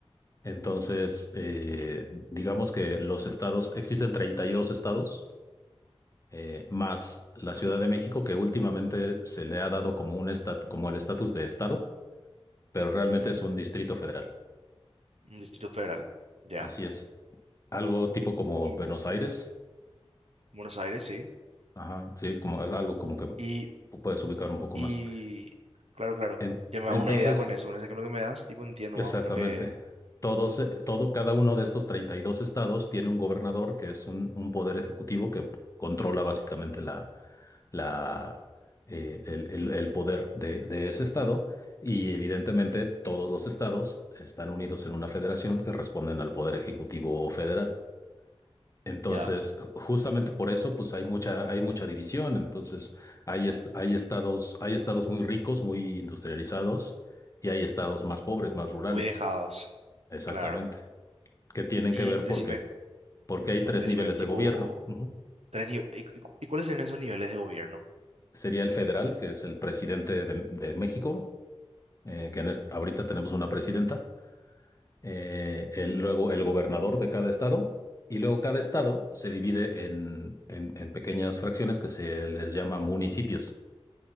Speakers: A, on the left; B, on the right.
A: Entonces, eh,
B: Ujú,
A: digamos que los estados, existen 32 estados, eh, más la Ciudad de México, que últimamente se le ha dado como un estat- como el estatus de estado, pero realmente
B: ujú.
A: es un distrito federal.
B: Un distrito federal. Ya.
A: Así es. Algo tipo como
B: Y
A: Buenos Aires.
B: Buenos Aires, sí.
A: Ajá, sí, como es algo como que pu-
B: Y
A: puedes ubicar un poco
B: Y
A: más.
B: claro, claro,
A: En-
B: ya me
A: entonces,
B: hago una idea con eso, con ese ejemplo que me das, tipo entiendo
A: exactamente.
B: más o menos que
A: Todos, eh, todo, cada uno de estos 32 estados tiene un gobernador que es un, un poder ejecutivo que controla básicamente la, la, eh, el, el- el poder de, de ese estado. Y evidentemente todos los estados están unidos en una federación que responden al poder ejecutivo federal. Entonces,
B: ya,
A: justamente por eso, pues hay mucha, hay mucha división. Entonces, hay, est- hay estados, hay estados muy ricos, muy industrializados, y hay estados más pobres, más rurales.
B: muy dejados,
A: Exactamente.
B: claro.
A: Que tienen
B: Y
A: que ver
B: decime,
A: porque, porque hay tres
B: decime,
A: niveles
B: tipo,
A: de gobierno. Ujú.
B: tres nive- ¿y, y- y cuáles son esos niveles de gobierno?
A: Sería el federal, que es el presidente de, de México, eh, que en est- ahorita tenemos una presidenta. eh, el- luego el gobernador de cada estado. Y luego cada estado se divide en, en en pequeñas fracciones que se les llama municipios.